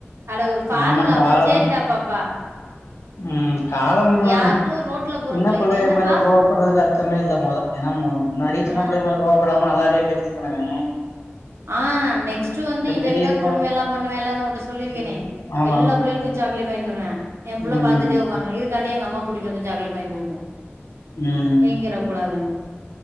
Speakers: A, on the right (about 75°); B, on the left (about 85°).
A: அட ஃபார்முலாவுக்கா
B: ஆமா காலம்
A: சேரிடா பாப்பா
B: ம் காலம்மு
A: யார்ட்டோ ரோட்ல போற
B: சின்ன
A: புள்ளைங்கள
B: புள்ளைய
A: என்னப்பா
B: மேல கோவப்படுறதுக்கு அர்த்தமே இல்ல மொத ஏனா முன்னாடி
A: ஆ
B: சின்ன புள்ளைங்க மேல கோவப்படாம அத நறைய பேசிருக்கானா அவ
A: ஆ நெக்ஸ்ட்டு வந்து இத
B: திடீர்னு
A: விட கொடும எல்லா பண்ணுவேல்ல அதா ஒன்ட சொல்லிருக்கேனே
B: ம் ஆமா
A: எல்லா
B: ஆமா
A: புள்ளைகளுக்கு சாக்லேட் வாங்கிட் வருவே எம் புள்ள
B: ம்
A: பாத்துட்டே ஒக்காந்து இ துக்காண்டி எங்க அம்மா கூட்டிட்டு வந்து சாக்லெட் வாங்கி குடுக்கு
B: ம்
A: ஏங்கிர கூடாதுன்னு